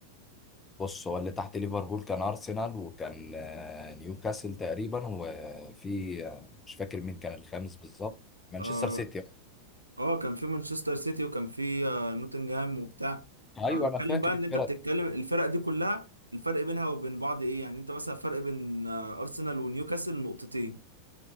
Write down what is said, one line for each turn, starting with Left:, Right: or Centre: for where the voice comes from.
Left: بص هو اللي تحت ليفربول كان ارسنال وكان آه، نيوكاسل تقريبا وفي آه، مش فاكر مين كان الخامس بالظبط مانشستر
Right: اه
Left: سيتي
Right: اه كان في مانشستر سيتي وكان في آه نوتنجهام وبتاع
Left: ايوه
Right: انا بتكلم
Left: انا فاكر
Right: بقى
Left: الفرق
Right: ان انت بتتكلم الفرق دي كلها الفرق بينها وبين بعض ايه يعني انت مثلا فرق بين آه ارسنال ونيوكاسل نقطتين